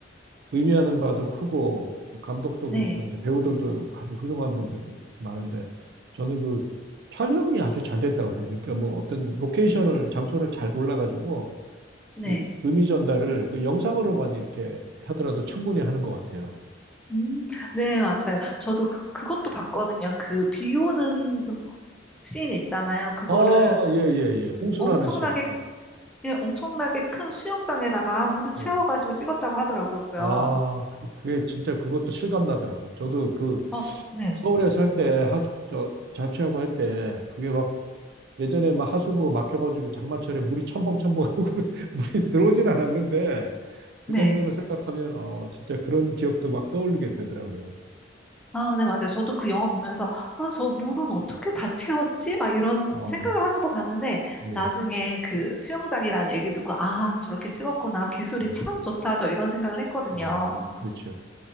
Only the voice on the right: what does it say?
의미하는 바도 크고 그 감독도
그렇고 이제 배우들도 아주 훌륭한 분들이 많은데 저는 그 촬영이 아주 잘 됐다고 생각해요. 그러니까 뭐 어떤 로케이션을 장소를 잘 골라가지고
그 의미 전달을 그 영상으로만 이렇게 하더라도 충분히 하는 것 같아요.
아, 예, 예, 예. 홍수라는
씬. 예,
예.
아, 그, 그게 진짜 그것도 실감 나더라고요. 저도 그
서울에 살 때 하수, 저 자취하고 할 때 그게 막 예전에 막 하수구가 막혀가지고 장마철에 물이 첨벙첨벙하고 <laughs> 물이 들어오진 않았는데 그
장면을 생각하면 어, 진짜 그런 기억도 막 떠올리게 되더라고요.
어,
네.
네.
아, 그렇죠.